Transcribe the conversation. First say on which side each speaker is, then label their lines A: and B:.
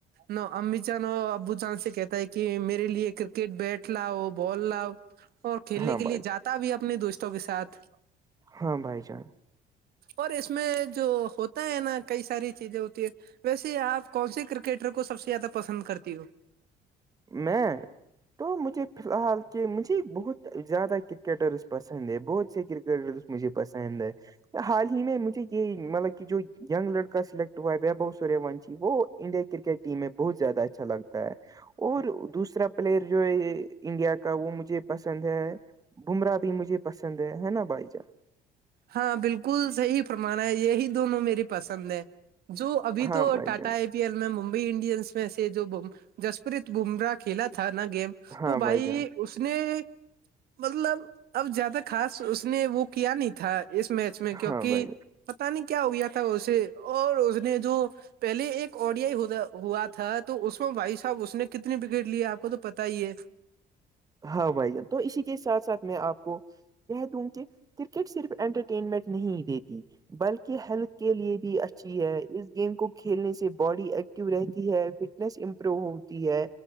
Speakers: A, on the right (about 65°); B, on the right (about 20°).
A: نو امی چاندو ابو چاند سے کہتا ہے کہ میرے لیے کرکٹ بیٹھ لاؤ بال لاؤ اور کھیلنے
B: ہاں
A: کے
B: بھائی
A: لیے جاتا بھی اپنے دوستوں کے ساتھ
B: ہاں بھائی جان
A: اور اس میں جو ہوتا ہے نا کئی ساری چیزیں ہوتی ہے ویسے آپ کون سے کرکٹر کو سب سے زیادہ پسند کرتی ہو
B: میں تو مجھے فی الحال کے مجھ بہت زیادہ کرکٹرس پسند ہے بہت سے کرکٹرس مجھے پسند ہے حال ہی میں مجھے یہ مطلب کہ جو لڑکا سلیکٹ ہوا ہے وبھو سوریہ ونشی وہ انڈیا کرکٹ ٹیم میں بہت زیادہ اچھا لگتا ہے اور دوسرا پلیئر جو ہے انڈیا کا وہ مجھے پسند ہے بمراہ بھی مجھے پسند ہے نا بھائی جار
A: ہاں بالکل صحیح فرمانا ہے یہی دونوں میری پسند ہے جو ابھی
B: ہاں
A: تو
B: بھائی
A: ٹاٹا
B: جان
A: ایپ پی ایل میں ممبئی انڈینس میں سے جو جسپریت بمراہ کھیلا تھا نا گیم
B: ہاں
A: تو بھائی
B: جان
A: اس نے مطلب اب زیادہ خاص اس نے وہ کیا نہیں تھا اس میچ میں کیوںکہ
B: ہاں بھائی
A: پتہ نہیں کیا ہو گیا تھا اسے اور اس نے جو پہلے ایک اڈیائی ہوا تھا تو اس میں بھائی صاحب اس نے کتنی وکٹ لی آپ کو تو پتا ہی ہے
B: ہاں بھائی جان تو اسی کے ساتھ ساتھ میں آپ کو کہہ دوں کہ کرکٹ صرف انٹرٹینمنٹ نہیں دیتی بلکہ ہیلتھ کے لیے بھی اچھی ہے اس گیم کو کھیلنے سے باڈی ایک رہتی ہے فٹنیس امپرو ہوتی ہے